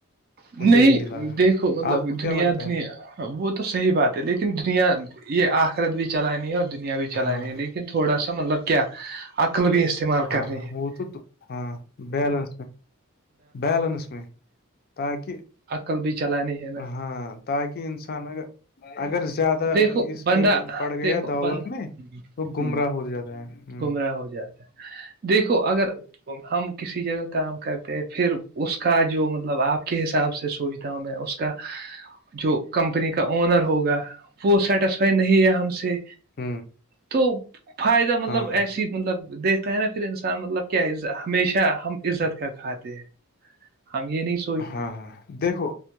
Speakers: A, on the right; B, on the left.
A: نہیں
B: مجھے یہی لگا
A: دیکھو مطلب
B: آپ کو کیا
A: دنیا
B: لگتا
A: دنیا وہ تو صحیح بات ہے لیکن دنیا یہ آخرت بھی چلانی ہے اور دنیا بھی چلانی
B: ہاں
A: ہے لیکن تھوڑا سا مطلب کیا عقل بھی استعمال
B: ہاں
A: کرنی
B: ہاں
A: ہے
B: وہ تو ہاں بیلنس میں بیلنس میں تاکہ
A: عقل بھی چلانی ہے نا
B: ہاں تاکہ انسان اگر اگر زیادہ
A: دیکھو
B: اس
A: بندہ
B: میں پڑ گیایا
A: دیکھو
B: دولت
A: بند
B: میں وہ گمراہ
A: ہ
B: ہو جاتا ہے ہوں
A: گمراہ ہو جاتا ہے دیکھو اگر ہم کسی جگہ کام کرتے ہیں پھر اس کا جو مطلب آپ کے حساب سے سوچوں میں اس کا جو کمپنی کا اونر ہوگا وہ سیٹیسفائی نہیں ہے ہم سے
B: ہ
A: تو فائدہ مطلب
B: ہاں ہاں
A: ایسی مطلب دیکتے ہے نا پھر انسان مطلب کیا اہ ہمیشہ ہم عزت کا کھاتے ہیں ہم یہ نہیں سو
B: ہاں ہاں دیکھو